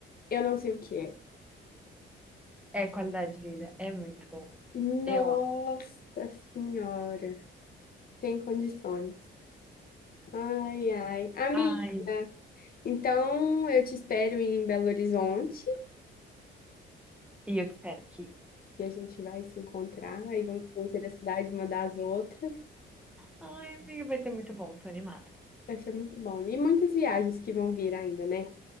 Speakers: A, on the left; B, in the centre.
A: eu não sei o que é.
B: É qualidade de vida, é muito bom.
A: Nossa
B: Eu amo.
A: Senhora, sem condições. Ai, ai. Amiga,
B: Ai,
A: então eu te espero em Belo Horizonte
B: e eu te espero aqui.
A: e a gente vai se encontrar e vamos conhecer a cidade uma das outras.
B: Ai, amiga, vai ser muito bom, tô animada.
A: Vai ser muito bom. E muitas viagens que vão vir ainda, né?